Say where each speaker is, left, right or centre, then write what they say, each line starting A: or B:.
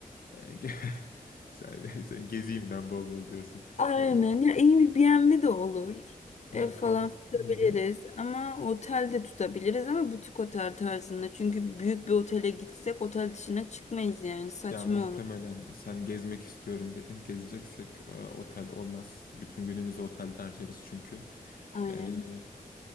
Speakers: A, on the left (about 80°); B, on the left (about 50°).
A: E, ge- <laughs> sen, sen gezeyim ben bol bol diyorsun.
B: Aynen.
A: E,
B: Ya iyi bir B&B de olur.
A: ya
B: Ev falan
A: kal...
B: tutabiliriz
A: Hı hı.
B: ama otel de tutabiliriz ama butik otel tarzında. Çünkü büyük bir otele gitsek otel dışına çıkmayız yani. Saçma
A: Ya muhtemelen
B: olur.
A: sen gezmek istiyorum dedin. Gezeceksek e, otel olmaz. Bütün günümüzü otelde harcarız çünkü.
B: Aynen.
A: Ee,